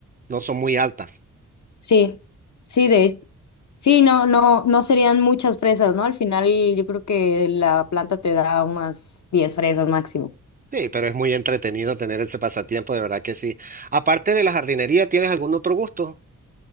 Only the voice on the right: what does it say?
no son muy altas.
Sí, pero es muy entretenido tener ese pasatiempo, de verdad que sí. Aparte de la jardinería, ¿tienes algún otro gusto?